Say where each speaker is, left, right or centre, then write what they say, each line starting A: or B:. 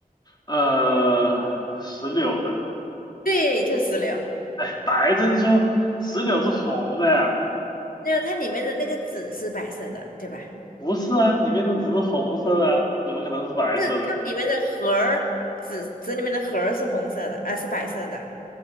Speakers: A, on the left; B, on the left.
A: 呃，石榴的。
B: 对，就是石榴。
A: 哎，白珍珠，石榴是红的呀？
B: 因为它里面的那个籽是白色的，对吧？
A: 不是啊，里面的只是红色的啊，怎么可能是白色的？
B: 但是它里面的核儿，籽籽里面的核儿是红色的，啊，是白色的。